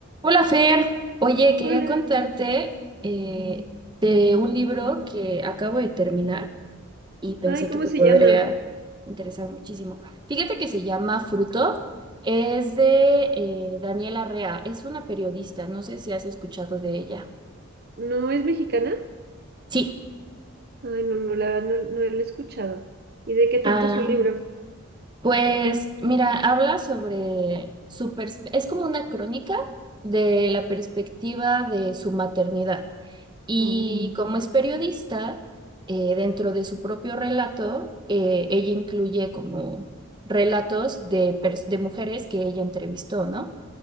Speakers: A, on the right; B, on the right.
A: Hola Fer, oye, quería
B: Hola.
A: contarte eh, de un libro que acabo de terminar y pensé
B: Ay, ¿cómo
A: que te
B: se
A: podría
B: llama?
A: interesar muchísimo. Fíjate que se llama Fruto, es de eh, Daniela Rea, es una periodista, no sé si has escuchado de ella.
B: ¿No es mexicana?
A: Sí,
B: Ay, no, no, la verdad no, no la he escuchado. ¿Y de qué trata
A: ah,
B: su libro?
A: pues mira, habla sobre su pers- es como una crónica de la perspectiva de su maternidad. Y
B: Oh,
A: como es periodista, eh, dentro de su propio relato, eh, ella incluye como relatos de, pers- de mujeres que ella entrevistó, ¿no?